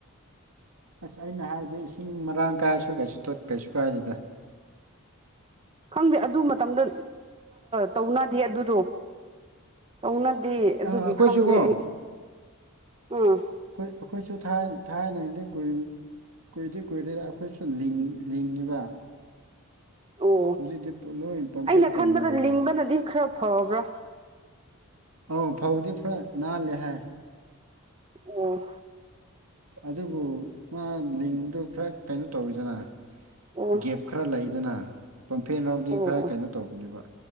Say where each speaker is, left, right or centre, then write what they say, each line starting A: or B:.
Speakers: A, on the right; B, on the right.
A: ꯑꯁ ꯑꯩꯅ ꯍꯥꯏꯕꯗꯣ ꯏꯁꯤꯡ ꯃꯔꯥꯡ ꯀꯥꯏꯁꯨ ꯀꯩꯁꯨ ꯇꯥ ꯀꯩꯁꯨ ꯀꯥꯏꯗꯦꯗ
B: ꯈꯪꯗꯦ ꯑꯗꯨ ꯃꯇꯝꯗ ꯇꯧꯅꯗꯦ ꯑꯗꯨꯗꯣ ꯇꯧꯅꯗꯤ ꯑꯗꯨꯒꯤ
A: ꯑꯩꯈꯣꯏꯁꯨꯀꯣ
B: ꯈꯪꯗꯦ ꯑꯩ ꯎꯝ
A: ꯑꯩꯈꯣꯏ ꯑꯩꯈꯣꯏꯁꯨ ꯊꯥꯏꯅ ꯊꯥꯏꯅꯗꯤ ꯀꯨꯏ ꯀꯨꯏꯗꯤ ꯀꯨꯏꯔꯦꯗ ꯑꯩꯈꯣꯏꯁꯨ ꯂꯤꯡ ꯂꯤꯡꯉꯤꯕ
B: ꯑꯣ
A: ꯍꯧꯖꯤꯛꯇꯤ ꯂꯣꯏ ꯄꯝꯐꯦꯟ
B: ꯑꯩꯅ
A: ꯇꯧꯅꯔꯦꯕ
B: ꯈꯟꯕꯗ ꯂꯤꯡꯕꯅꯗꯤ ꯈꯔ ꯐꯕ꯭ꯔꯥ
A: ꯑꯥ ꯐꯧꯗꯤ ꯄꯨꯔꯥ ꯅꯥꯜꯂꯦ ꯍꯥꯏ
B: ꯑꯣ
A: ꯑꯗꯨꯕꯨ ꯃꯥ ꯂꯤꯡꯕꯗꯨꯣ ꯈꯔ ꯀꯩꯅꯣ ꯇꯧꯋꯤꯗꯅ
B: ꯑꯣ
A: ꯒꯦꯞ ꯈꯔ ꯂꯩꯗꯅ ꯄꯝꯐꯦꯟ ꯅꯥꯕꯨꯗꯤ
B: ꯑꯣ
A: ꯈꯔ
B: ꯑꯣ
A: ꯀꯩꯅꯣ ꯇꯧꯕꯅꯦꯕ